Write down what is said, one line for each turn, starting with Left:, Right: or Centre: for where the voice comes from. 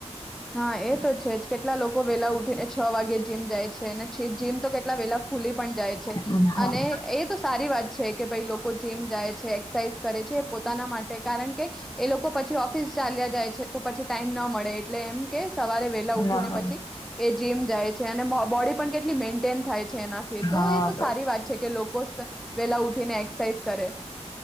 Centre: હા એ તો છે જ કેટલા લોકો વેલા ઉઠીને છ વાગે જીમ જાય છે ને જી જીમ તો કેટલા વેલા ખુલી પણ જાય છે
Left: હા
Centre: અને એ તો સારી વાત છે કે ભાઈ લોકો જેમ જાય છે એક્સરસાઇઝ કરે છે પોતાના માટે કારણ કે એ લોકો પછી ઓફિસ ચાલ્યા જાય છે તો પછી ટાઈમ ના મળે એ એટલે એમ કે સવારે વેલા ઉઠીને
Left: ના મળે
Centre: પછી એ જીમ જાય છે અને બોડી પણ કેટલી મેન્ટેન થાય છે એનાથી
Left: હા
Centre: તો એ તો સારી વાત છે કે લોકો વેલા ઉઠીને એક્સ સાઇઝ કરે.